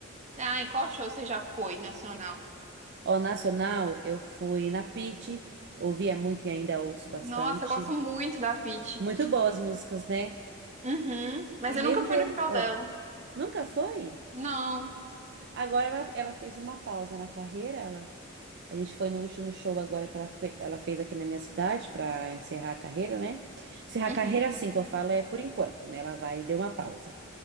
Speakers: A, on the right (about 35°); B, on the right (about 55°).
A: Ah, e qual show você já foi nacional?
B: Ó, nacional, eu fui na Pitty, ouvia muito e ainda ouço bastante.
A: Nossa, eu gosto muito da Pitty.
B: Muito boas músicas, né?
A: Uhum. Mas
B: E
A: eu
B: mesmo
A: nunca fui
B: ter.
A: no show
B: ah,
A: dela.
B: nunca foi?
A: Não.
B: Agora ela, ela fez uma pausa na carreira. Ela, a gente foi no último show agora que ela, fe- ela fez aqui na minha cidade para encerrar a carreira, né? Encerrar
A: Uhum.
B: a carreira, assim que eu falo, é por enquanto, né? Ela vai deu uma pausa.